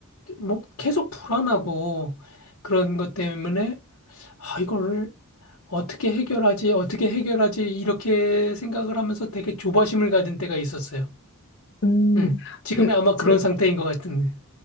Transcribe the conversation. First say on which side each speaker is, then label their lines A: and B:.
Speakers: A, on the left; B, on the left.
A: 뭐 계속 불안하고 그런 것 때문에 아, 이걸 어떻게 해결하지? 어떻게 해결하지? 이렇게 생각을 하면서 되게 조바심을 가진 때가 있었어요.
B: 음,
A: 음. 지금이
B: 제,
A: 아마
B: 제,
A: 그런 상태인 것 같은데.